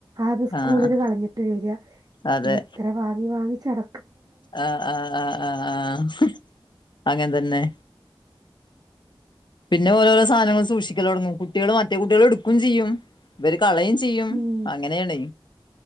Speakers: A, on the right; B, on the left.
A: അത് സ്കൂളിൽ
B: ആഹ്
A: കളഞ്ഞിട്ട് വരാ
B: അതെ
A: എത്ര വാങ്ങി വാങ്ങി ച്ചട
B: ആഹ് ആഹ് ആഹ് അങ്ങനെ തന്നെ പിന്നെ ഓരോരോ സാധനങ്ങ സൂഷിക്കലൊടങ്ങും കുട്ടികൾ മറ്റേ കുട്ടികൾ എടുക്കും ചെയ്യും ഇവര് കളയും ചെയ്യും
A: ഉം
B: അങ്ങനെയെ ണെ